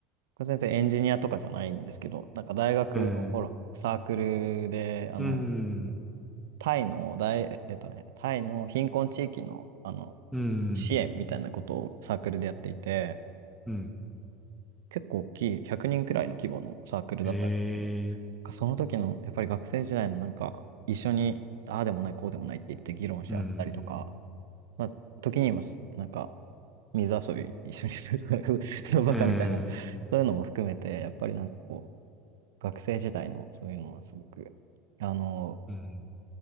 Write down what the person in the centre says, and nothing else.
うん。
うん。
うん。
うん。
へえ。
うん。
うん。
うん。